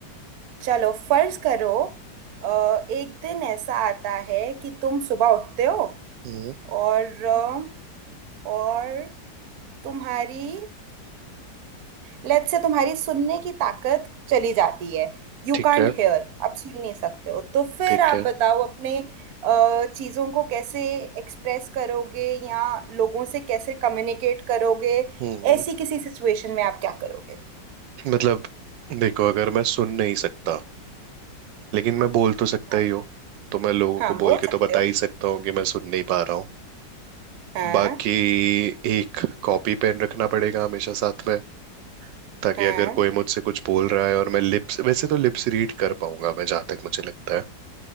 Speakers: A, on the right (about 60°); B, on the right (about 80°).
A: चलो फर्ज करो अ, एक दिन ऐसा आता है कि तुम सुबह उठते हो
B: हम्म
A: और अ, और तुम्हारी लेट से तुम्हारी सुनने की ताकत चली जाती है यू
B: ठीक
A: कांट
B: है
A: हेयर आप सुन नहीं सकते हो तो फिर
B: ठीक
A: आप
B: है
A: बताओ अपने अ, चीजों को कैसे एक्सप्रेस करोगे या लोगों से कैसे कम्युनिकेट करोगे
B: हम्म
A: ऐसी किसी सिचुएशन में आप क्या करोगे
B: मतलब देखो अगर मैं सुन नहीं सकता लेकिन मैं बोल तो सकता
A: हाँ
B: ही हूँ तो मैं लोगों
A: हाँ
B: को
A: बोल
B: बोल के
A: सकते
B: तो बता
A: हो
B: ही सकता हूँ कि मैं सुन नहीं पा रहा हूँ
A: हाँ
B: बाकी एक कॉपी पेन रखना पड़ेगा हमेशा साथ में ताकि
A: हाँ
B: अगर कोई मुझसे कुछ बोल रहा है और मैं लिप्स वैसे तो लिप्स रीड कर पाऊंगा मैं जहां तक मुझे लगता है